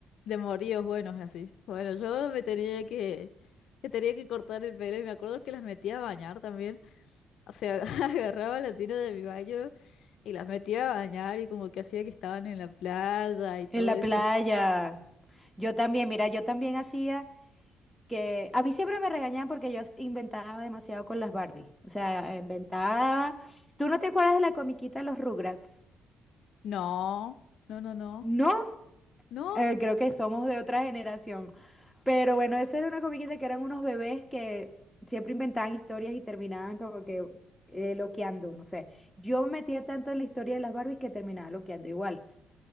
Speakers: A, on the left (about 75°); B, in the centre.
A: de moríos buenos así. Bueno, yo me tenía que, me tenía que cortar el pelo y me acuerdo que las metía a bañar también. O sea, <laughs> agarraba la tira de mi baño y las metía a bañar y como que hacía que estaban en la playa y todo
B: en la
A: eso.
B: playa. Yo también, mira, yo también hacía que... A mí siempre me regañaban porque yo inventaba demasiado con las Barbies. O sea, inventaba... ¿Tú no te acuerdas de la comiquita de los Rugrats?
A: No, no, no, no,
B: No.
A: no.
B: Eh, creo que somos de otra generación. Pero bueno, esa era una comiquita que eran unos bebés que siempre inventaban historias y terminaban como que eh, loqueando, no sé. Yo me metía tanto en la historia de las Barbies que terminaba loqueando igual.